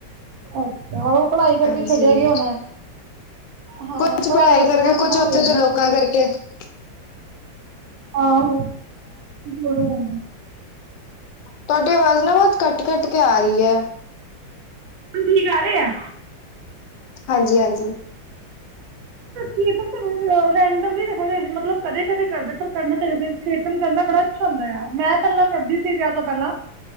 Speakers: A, on the right; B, on the left.
A: ਅੱਛਾ ਉਹ ਪੜ੍ਹਾਈ ਕਰਕੇ
B: ਹਾਂਜੀ।
A: ਛੱਡਿਆ ਗਿਆ ਹੋਣਾ ਹਾਂ,
B: ਕੁਛ
A: ਪੜ੍ਹਾਈ ਦਾ ਲੋੜ
B: ਕਰਕੇ
A: ਵਗੈਰਾ
B: ਕੁਛ
A: ਹੁੰਦਾ
B: ਉੱਥੇ ਦੇ <inaudible>
A: ਆਹ ਰ
B: ਤੁਹਾਡੀ ਆਵਾਜ਼ ਨਾ ਬਹੁਤ ਕੱਟ -ਕੱਟ ਕੇ ਆ ਰਹੀ ਹੈ।
A: ਹੁਣ ਠੀਕ ਆ ਰਹੇ ਆ
B: ਹਾਂਜੀ- ਹਾਂਜੀ।
A: ਕੀਰਤਨ ਰੰਡੋਮਲੀ ਮਤਲਬ ਕਦੇ ਕਦੇ ਕਰਦੇ ਪਰ ਕਰਨਾ ਚਾਹੀਦਾ ਮਤਲਬ ਕਰਨਾ ਬੜਾ ਕੁਛ ਹੁੰਦਾ ਆ ਮੈਂ ਪਹਿਲਾਂ ਕਰਦੀ ਸੀ ਵਿਆਹ ਤੋਂ ਪਹਿਲਾਂ,